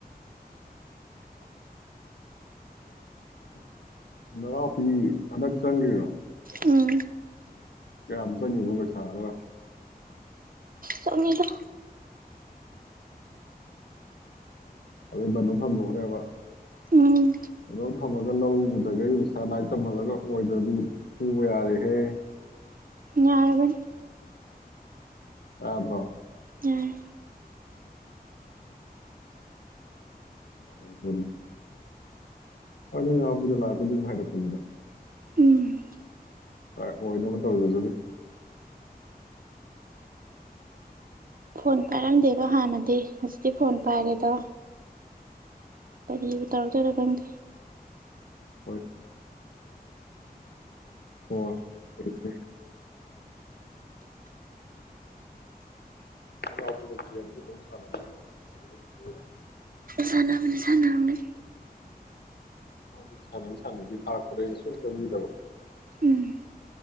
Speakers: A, on the left; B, on the right.
A: <inaudible> ꯅꯅꯥꯎꯄꯤ ꯍꯟꯗꯛ ꯆꯪꯒꯤꯕ꯭ꯔꯣ
B: ꯎꯝ
A: ꯀꯌꯥꯝ ꯆꯪꯉꯤꯕ ꯄꯩꯁꯥꯔꯥ
B: ꯆꯪꯉꯤꯗ
A: ꯑꯗꯩ ꯕꯟꯗꯣꯞ ꯊꯝꯗꯣꯛꯈ꯭ꯔꯦꯕ
B: ꯎꯝ
A: ꯕꯟꯗꯣꯞ ꯊꯝꯃꯒ ꯂꯧ ꯎꯗꯒꯩ ꯄꯩꯁꯥ ꯂꯥꯏꯔꯤꯛ ꯇꯝꯍꯜꯂꯒ ꯑꯣꯏꯗ꯭ꯔꯗꯤ ꯐꯨꯕ ꯌꯥꯔꯦꯍꯦ
B: ꯌꯥꯔꯕꯅꯤ
A: ꯇꯕ꯭ꯔꯣ
B: ꯌꯥꯔꯦ
A: <unintelligible> ꯍꯣꯏ ꯅꯣꯏ ꯅꯅꯥꯎꯄꯤꯗꯣ ꯂꯥꯏꯔꯤꯛꯄꯨꯗꯤ ꯑꯗꯨꯝ ꯍꯥꯏꯔꯛꯄꯅꯤꯗ
B: ꯎꯝ
A: ꯑꯣꯏꯅꯕ ꯇꯧꯖꯖꯅꯤ
B: ꯐꯣꯟ ꯄꯥꯏꯔꯝꯗꯦꯗꯣ ꯍꯥꯟꯅꯗꯤ ꯁꯤ ꯐꯣꯟ ꯄꯥꯏꯔꯦꯗꯣ ꯀꯔꯤ ꯇꯧꯔꯛꯇꯣꯢꯔ ꯈꯪꯗꯦ
A: ꯑꯣꯏ ꯑꯣ ꯐꯩ ꯐꯩ <unintelligible>
B: ꯁꯥꯟꯅꯕꯅꯤ ꯁꯥꯟꯅꯕꯅꯤ
A: <inaudible> ꯑꯩꯉꯣꯟꯗ ꯁꯥꯟꯅꯩ ꯁꯥꯟꯅꯁꯤ ꯊꯥꯔꯛꯄꯗ ꯑꯩꯅ ꯁꯨꯛꯆꯪ ꯆꯪꯕꯤꯗꯕ
B: ꯎꯝ